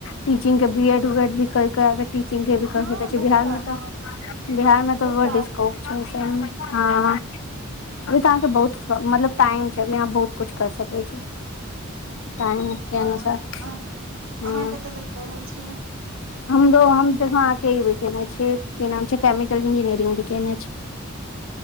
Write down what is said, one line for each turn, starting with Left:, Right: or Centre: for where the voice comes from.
Left: टीचिंग के बी एड उएड भी कै क टीचिंग के
Right: हँ
Left: भी कऽ सकै छी
Right: बहुत
Left: बिहार मे
Right: हँ
Left: तऽ बिहार मे
Right: बहुत
Left: तऽ बड्ड
Right: आर्ट
Left: स्कोप
Right: चीज
Left: छै ओई सब मे हँ अभी तऽ अहाँके बहुत मतलब टाइम छै अभी अहाँ बहुत कछ कर सकै छी टाइम के अनुसार
Right: आओर अहाँ
Left: हूं
Right: अहाँ कतऽ तक पढ़ल छियै
Left: हमरो हम देख हां के ई भी केने छीयै की नाम छै केमिकल इंजीनियरिंग भी केने छी